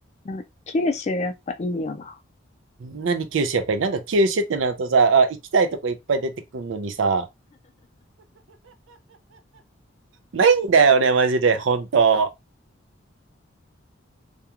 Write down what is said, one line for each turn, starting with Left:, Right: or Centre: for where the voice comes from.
Left: でも九州やっぱいいよな。
Right: 何九州やっぱりなんか九州ってなるとさ、あ、行きたいとこいっぱい出てくるのにさ、ないんだよね、マジで、本当。